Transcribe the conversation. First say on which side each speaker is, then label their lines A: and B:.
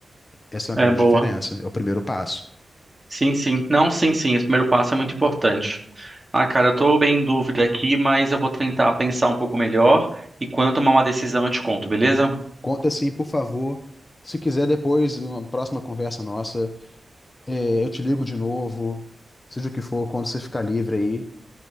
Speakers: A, on the left; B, on the right.
A: Essa é uma
B: É
A: grande
B: boa.
A: diferença, é o primeiro passo.
B: Sim, sim. Não, sim, sim. Esse primeiro passo é muito importante. Ah, cara, eu tô bem em dúvida aqui, mas eu vou tentar pensar um pouco melhor e quando eu tomar uma decisão eu te conto, beleza?
A: Conta assim, por favor. Se quiser depois, uma próxima conversa nossa, é, eu te ligo de novo, seja o que for, quando você ficar livre aí.